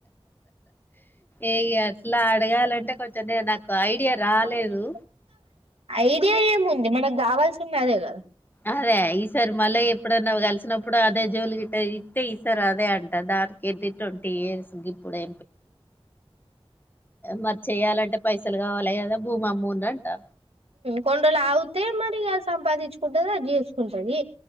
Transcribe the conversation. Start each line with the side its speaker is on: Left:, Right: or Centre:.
Left: ఏ ఇగా అట్లా అడగాలంటే కొంచం న నాకు ఒక ఐడియా
Right: మంచిదే
Left: రాలేదు.
Right: ఐడియా ఏముంది మనకు కావాల్సింది అదే కదా.
Left: అదే ఈసారి మళ్ళీ ఎప్పుడన్నా కలిసినప్పుడు అదే జోలి గిట్ట ఇత్యె ఇసారి అదే అంట డాక్టర్ కి ఏంటి <unintelligible> ట్వంటీ ఇయర్స్ గిప్పుడే మరి చెయాలంటే పైసలు కావాల్ల కదా భూమి అమ్ముందాంటా
Right: కొన్ని రోజులు ఆగితే మరి అది సంపాదించుకుంటది అది చేసుకుంటది